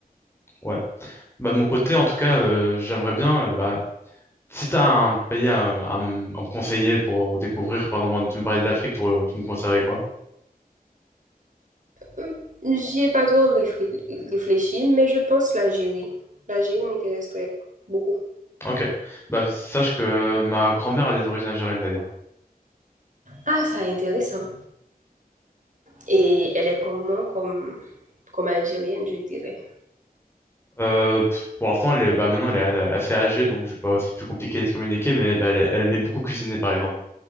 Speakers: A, on the left; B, on the right.
A: ouais. Bah, de mon côté, en tout cas, euh, j'aimerais bien, euh, bah, si t'as un pays à, à m- à me conseiller pour découvrir, par exemple, tu me parlais de l'Afrique, tu, tu me conseillerais quoi?
B: Hum, J'y ai pas trop réfré- réfléchi, mais je pense l'Algérie. L'Algérie m'intéresserait beaucoup.
A: Ok. Bah, sache que euh, ma grand-mère a des origines algériennes, d'ailleurs.
B: Ah, ça est intéressant. Et elle est comment comme, comme algérienne, je dirais.
A: Euh, pff, pour l'instant, elle est, bah, maintenant, elle est assez âgée, donc je sais pas, c'est plus compliqué de communiquer, mais bah, elle, elle aimait beaucoup cuisiner, par exemple,